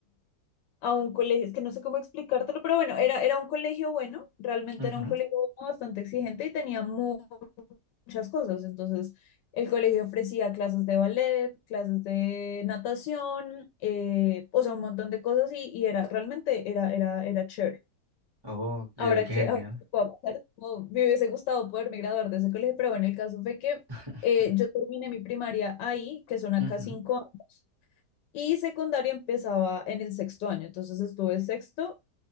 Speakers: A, on the left; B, on the right.
A: a un colegio, es que no sé cómo explicártelo, pero bueno, era, era un colegio bueno, realmente
B: ujú.
A: era un colegio bueno, bastante exigente y tenía mu- muchas cosas. Entonces, el colegio ofrecía clases de ballet, clases de natación, eh, o sea, un montón de cosas y, y era, realmente era, era, era chévere.
B: Oh, qué,
A: Ahora
B: qué
A: que,
B: genial.
A: ahora que puedo pensar, como me hubiese gustado poderme graduar de ese colegio, pero bueno, el caso fue que
B: <laughs>
A: eh, yo terminé mi primaria ahí, que son acá
B: Ujú,
A: cinco años. Y secundaria empezaba en el sexto año, entonces estuve sexto